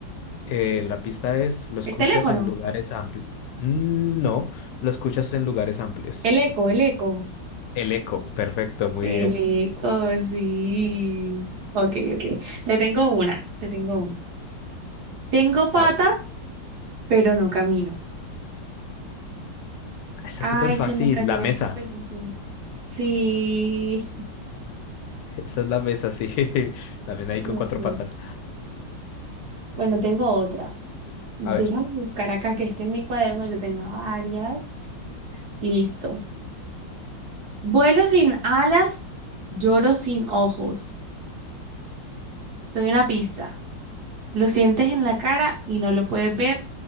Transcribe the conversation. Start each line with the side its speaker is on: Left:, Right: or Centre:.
Left: Eh, la pista es, lo escuchas
Right: El teléfono,
Left: en lugares amplios. No, lo escuchas en lugares amplios.
Right: el eco, el eco.
Left: El eco, perfecto, muy
Right: El
Left: bien.
Right: eco, sí. Ok, ok. Te tengo una, te tengo una. Tengo patas,
Left: A ver,
Right: pero no camino.
Left: está
Right: Ay,
Left: súper fácil.
Right: se me cayó
Left: La mesa.
Right: el papelito. Sí,
Left: Esa es la mesa, sí. <laughs> También ahí con
Right: ok.
Left: cuatro patas.
Right: Bueno, tengo otra. Déjame
Left: A ver,
Right: buscar acá, que es que en mi cuaderno yo tenía varias. Y listo. Vuelo sin alas, lloro sin ojos. Te doy una pista. Lo sientes en la cara y no lo puedes ver,